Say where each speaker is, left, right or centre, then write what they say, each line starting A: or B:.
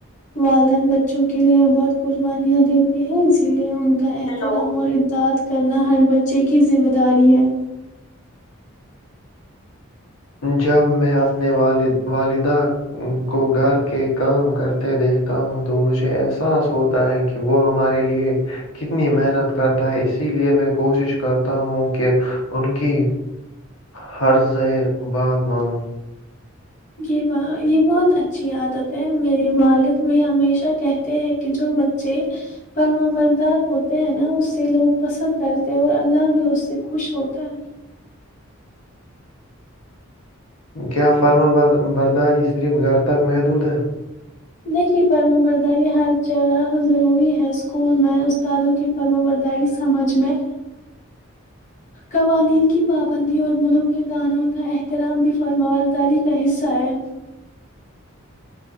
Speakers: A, on the left; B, on the left.
A: والدین بچوں کے لیے بہت قربانیاں دیتے ہیں اسی لیے ان کا احترام
B: ہیلو
A: اور اداد کرنا ہر بچے کے کی ذمہ داری ہے
B: جب میں اپنے والد والدہ کو گھر کے کام کرتے دیکھتا ہوں تو مجھے احساس ہوتا ہے کہ وہ ہمارے لیے کتنی محنت کرتا ہے اسی لیے میں کوشش کرتا ہوں کہ ان کی ہر زظر بات مانون
A: یہ ب یہ بہت اچھا اچھی عادت ہے میرے والد بھی ہمیشہ کہتے ہیں کہ جو بچے فرمبردار ہوتے ہیں نا اس سے لوگ پسند کرتے اور اللہ بھی اس سے خوش ہوتا ہے
B: کیا فرما برداری صرف گھر تک محدود ہے
A: دیکھیے فرم برداری ہر جگہ ضروری ہے اسکول میں استادوں کی فرم برداری سمجھ میں قوانین کی پابندی اور ملک کے قانون کا احترام بھی فرم برداری کا حصہ ہے